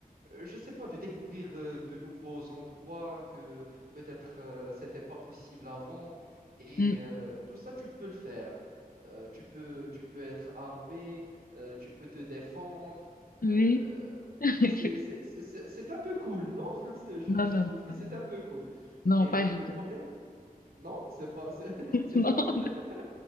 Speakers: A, on the right; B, on the left.
A: euh, je sais pas, de découvrir euh, de nouveaux endroits que peut-être euh, c'était pas possible avant. Et
B: mm,
A: euh, tout ça, tu peux le faire. Euh, tu peux, tu peux être armé, euh, tu peux te défendre.
B: oui.
A: Euh,
B: <laughs>
A: c'est, c'est, c'est, c'est- un peu cool, non? <laughs> C'est- Je,
B: Non,
A: je
B: non,
A: trouve que
B: non,
A: c'est
B: non,
A: un peu cool.
B: non,
A: Mais
B: pas du
A: le problème,
B: tout.
A: non, c'est pas, c'est, <laughs>
B: <laughs>
A: c'est
B: Non,
A: pas cool. <laughs>